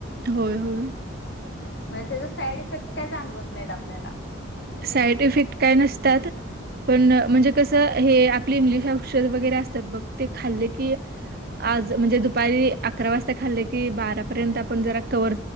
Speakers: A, on the right; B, on the left.
A: होय होय.
B: म्हणजे त्याच साईड इफेक्ट काय जाणवत नाहीत आपल्याला
A: साईड इफेक्ट काय नसतात. पण म्हणजे कसं हे आपली इंग्लिश औषध वगैरे असतात. बघ ते खाल्ले की, आज म्हणजे दुपारी अकरा वाजता जेवलो, आणि बारा पर्यंत कव्हर